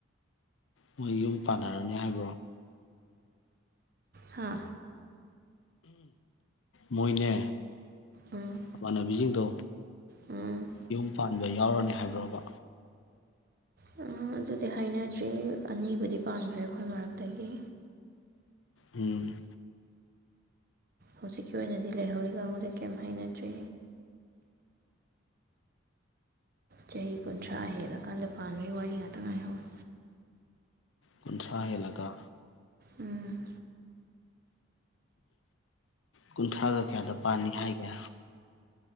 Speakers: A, on the left; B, on the right.
A: ꯃꯣꯏ ꯌꯨꯝ ꯄꯥꯟꯅꯔꯅꯤ ꯍꯥꯏꯕ꯭ꯔꯣ
B: ꯍꯥ
A: ꯃꯣꯏꯅꯦ
B: ꯎꯝ
A: ꯅꯃꯥꯟꯅꯕꯤꯁꯤꯡꯗꯣ
B: ꯎꯝ
A: ꯌꯨꯝ ꯄꯥꯟꯕ ꯌꯥꯎꯔꯅꯤ ꯍꯥꯏꯕ꯭ꯔꯕ
B: ꯎꯝ ꯑꯗꯨꯗꯤ ꯍꯥꯏꯅꯗ꯭ꯔꯤ ꯑꯅꯤꯕꯨꯗꯤ ꯄꯥꯟꯈ꯭ꯔꯦ ꯑꯩꯈꯣꯏ ꯃꯔꯛꯇꯒꯤ
A: ꯎꯝ
B: ꯍꯧꯖꯤꯛꯀꯤ ꯑꯣꯏꯅꯗꯤ ꯂꯩꯍꯧꯔꯤ ꯀꯥꯡꯕꯨꯁꯦ ꯀꯩꯝ ꯍꯥꯏꯅꯗ꯭ꯔꯤ ꯆꯍꯤ ꯀꯨꯟꯊ꯭ꯔꯥ ꯍꯦꯜꯂꯀꯥꯟꯗ ꯄꯥꯟꯕꯩ ꯋꯥꯔꯤ ꯉꯥꯛꯇ ꯉꯥꯏꯍꯧꯔꯦ
A: ꯀꯨꯟꯊ꯭ꯔꯥ ꯍꯦꯜꯂꯒ
B: ꯎꯝ
A: ꯀꯨꯟꯊ꯭ꯔꯥꯒ ꯀꯌꯥꯗ ꯄꯥꯟꯅꯤ ꯍꯥꯏꯒꯦ